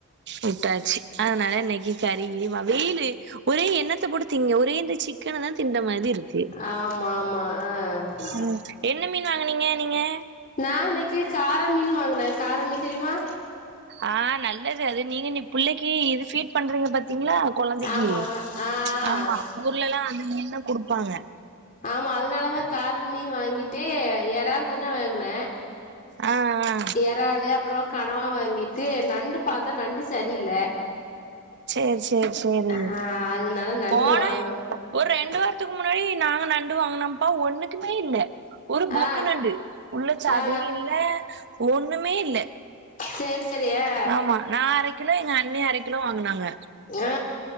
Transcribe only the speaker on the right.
வுட்டாச்சு அதனால இன்னைக்கி கறி கிறிவா வெயிலு ஒரே என்ன த்த போட்டு திங்க ஒரே இந்த சிக்கனதா திண்ட மாதி இருக்கு
ம் என்ன மீன் வாங்குனீங்க நீங்க
ஆ நல்லது அது நீ இனி புள்ளைக்கி இது ஃபீட் பண்றீங்க பாத் தீங்களா கொழந்தைக்கி
ஆமா ஊர்லல்லா அந்த மீன்தா குடுப்பாங்க
ஆ ஆ
சேரி சேரி சேரி
போன
ஒரு ரெண்டு பே த்துக்கு முன்னாடி நாங்க நண்டு வாங்குனோம்ப்பா ஒன்னுக்குமே இல்ல ஒரு புக்கு
நண்டு உள்ள சதையு
இல்ல ஒன்னுமே இல்ல
ஆமா நா அரக்கிலோ எங்க அண்ணி அரக்கிலோ வாங்குனாங்க